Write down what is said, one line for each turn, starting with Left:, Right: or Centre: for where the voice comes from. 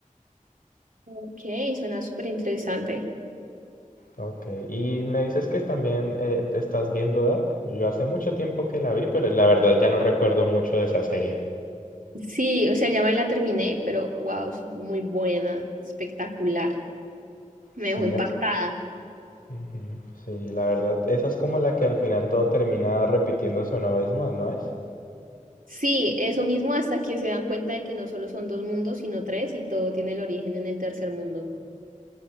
Right: Ok, suena súper interesante.
Left: Ok, y me dices que también eh, estás viendo Dark. Yo hace mucho tiempo que la vi, pero la verdad ya no recuerdo mucho de esa serie.
Right: Sí, o sea, ya me la terminé, pero wow, es muy buena, espectacular. Me
Left: Sí,
Right: dejó impactada.
Left: a- Ujú. sí, la verdad, esa es como la que al final todo termina repitiéndose una vez más, ¿no es?
Right: Sí, eso mismo hasta que se dan cuenta de que no solo son dos mundos, sino tres, y todo tiene el origen en el tercer mundo.